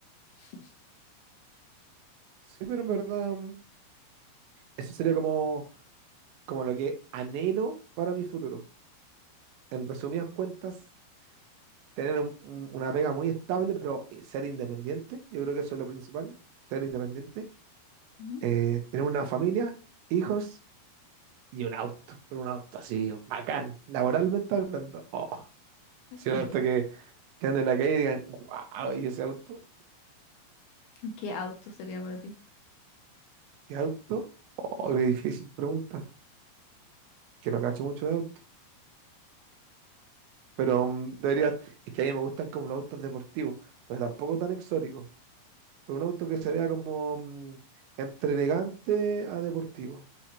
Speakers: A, on the left; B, on the right.
A: <laughs>
B: Sí, pero en verdad... mm, Eso sería como, como lo que anhelo para mi futuro. En resumidas cuentas, tener un- un- una pega muy estable, pero eh, ser independiente. Yo creo que eso es lo principal, ser independiente.
A: Ujú.
B: Eh, tener una familia, hijos y un auto, pero un auto así, bacán, laboralmente hablando. Oh, si un
A: Ya.
B: auto que, que ande en la calle y digan, wow, ¿y ese auto?
A: ¿Qué auto sería para ti?
B: ¿Qué auto? Oh,
A: Ujú.
B: qué difícil pregunta, que no cacho mucho de auto. Pero mm, debería, es que a mí me gustan como los autos deportivos, pero tampoco tan exóticos. pero un auto que se vea como mm, entre elegante a deportivo.